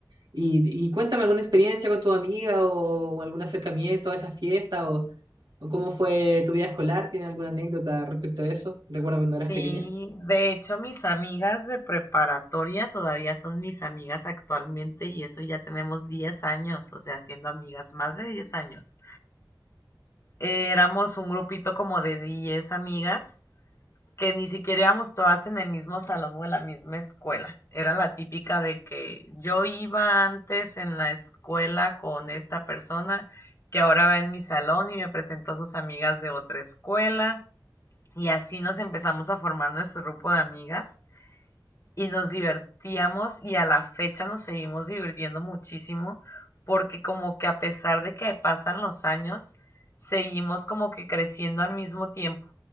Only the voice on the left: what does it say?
sí.
De hecho, mis amigas de preparatoria todavía son mis amigas actualmente y eso ya tenemos 10 años, o sea, siendo amigas más de 10 años. Eh, Éramos un grupito como de 10 amigas que ni siquiera éramos todas en el mismo salón o en la misma escuela. Era la típica de que yo iba antes en la escuela con esta persona que ahora va en mi salón y me presentó a sus amigas de otra escuela Y así nos empezamos a formar nuestro grupo de amigas y nos divertíamos y a la fecha nos seguimos divirtiendo muchísimo porque como que a pesar de que pasan los años, seguimos como que creciendo al mismo tiempo